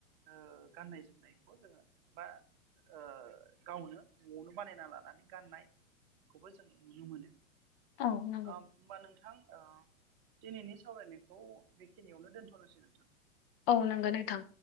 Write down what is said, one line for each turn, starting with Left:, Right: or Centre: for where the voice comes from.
Right: ओ गाननाय जोमनायखौ जोङो बा ओ गावनो न'आवनो बानायना लानानै गाननाय खौबो जों नुनो मोनो।
Left: औ नंगौ
Right: ओ होमबा नोंथां ओ दिनैनि सावरायनायखौ बेखिनियावनो दोनथ'नोसै नोंथां।
Left: औ नंगौ नोंथां